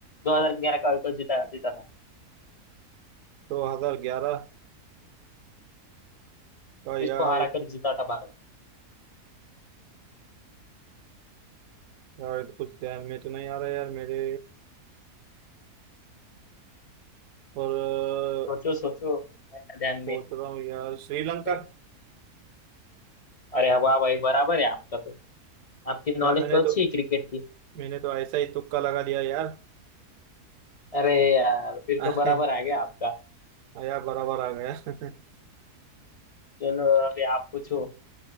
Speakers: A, on the left; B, on the right.
A: 2011 का वर्ल्ड कप जीता जीता था
B: दो हजार ग्यारह का
A: किसको
B: यार
A: हरा कर जीता था भारत
B: यार ये तो कुछ ध्यान में तो नहीं आ रहा यार मेरे और अ,
A: सोचो सोचो आया ध्यान
B: सोच
A: में
B: रहा हूँ यार श्रीलंका
A: <laughs> अरे वाह भाई बराबर है आपका तो आपकी नॉलेज
B: यार मैंने
A: तो अच्छी
B: तो
A: है क्रिकेट की
B: मैंने तो ऐसा ही तुक्का लगा दिया यार
A: अरे यार फिर
B: <laughs>
A: तो बराबर आ गया आपका
B: यार बराबर आ गया <laughs>
A: चलो अभी आप पूछो